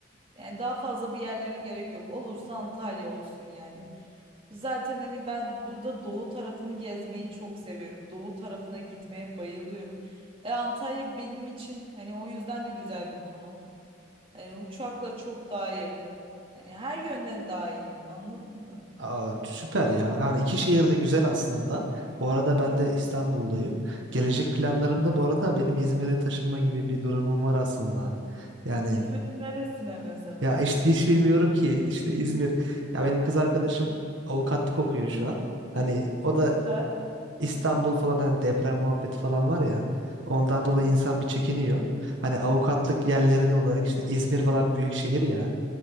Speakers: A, on the right; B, on the right.
A: yani daha fazla bir yerlere gerek yok. Olursa Antalya olsun yani. Zaten hani ben burada doğu tarafını gezmeyi çok seviyorum. Doğu tarafına gitmeye bayılıyorum. E Antalya benim için hani o yüzden de güzel bir konum. Hani uçakla çok daha yakın. Hani her yönden daha iyiyim anladın mı?
B: Aa, süper ya. Yani iki şehir de güzel aslında. Bu arada ben
A: Tabii.
B: de İstanbul'dayım. Gelecek planlarımda bu arada benim İzmir'e taşınma gibi bir durumum var aslında. Yani
A: İzmir'in neresine mesela?
B: ya işte hiç bilmiyorum ki işte İzmir. Ya benim kız arkadaşım avukatlık okuyor şu an. Hani o da
A: Evet.
B: İstanbul falan hani deprem muhabbeti falan var ya. Ondan
A: Evet.
B: dolayı insan bir çekiniyor. Hani avukatlık yerleri de olarak işte İzmir falan büyük şehir ya.